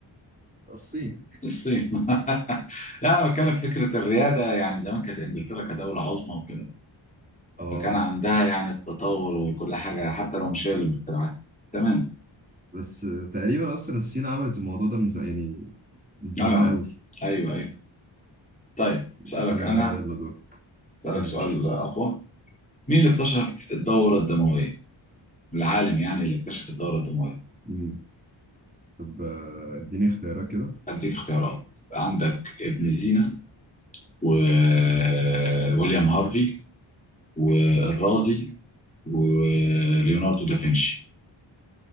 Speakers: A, on the right (about 20°); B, on the left (about 15°).
A: الصين
B: الصين <laughs> لا انا بتكلم في فكرة الريادة يعني زمان كانت انجلترا كدولة عظمى وكده
A: اه
B: فكان عندها
A: <laughs>
B: يعني التطور وكل حاجة حتى لو مش هي اللي مخترعاها تمام
A: بس تقريبا اصلا الصين عملت الموضوع ده من زمان يعني من زمان
B: اه آه.
A: قوي
B: ايوه ايوه طيب
A: بس
B: اسالك
A: آه،
B: انا
A: يلا دور
B: اسالك
A: ماشي
B: سؤال اقوى مين اللي اكتشف الدوره الدمويه العالم يعني اللي اكتشف الدوره الدمويه
A: مم. طب آه، اديني اختيارات كده
B: اديك اختيارات عندك ابن سينا وويليام <laughs> هارفي والرازي وليوناردو دافنشي